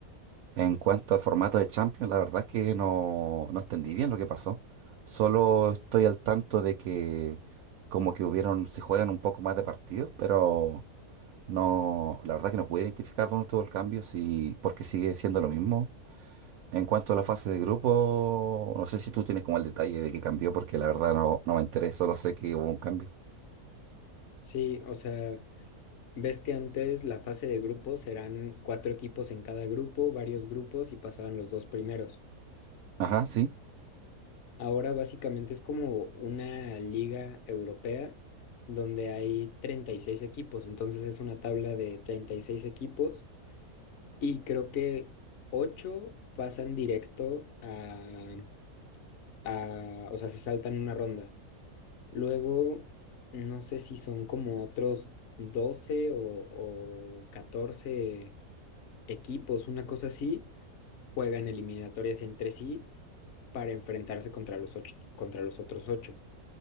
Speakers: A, on the right; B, on the left.
A: En cuanto al formato de Champions, la verdad es que no, no entendí bien lo que pasó. Solo estoy al tanto de que como que hubieron, se juegan un poco más de partidos, pero no, la verdad que no pude identificar dónde estuvo el cambio, sí, porque sigue siendo lo mismo. En cuanto a la fase de grupo, no sé si tú tienes como el detalle de qué cambió, porque la verdad no, no me enteré, solo sé que hubo un cambio.
B: Sí, o sea, ves que antes la fase de grupos eran cuatro equipos en cada grupo, varios grupos y pasaban los dos primeros.
A: Ajá, sí.
B: Ahora básicamente es como una liga europea donde hay 36 equipos, entonces es una tabla de 36 equipos Y creo que ocho pasan directo a, a, o sea, se saltan una ronda. Luego, no sé si son como otros 12 o, o 14 equipos, una cosa así, juegan eliminatorias entre sí para enfrentarse contra los ocho, contra los otros ocho.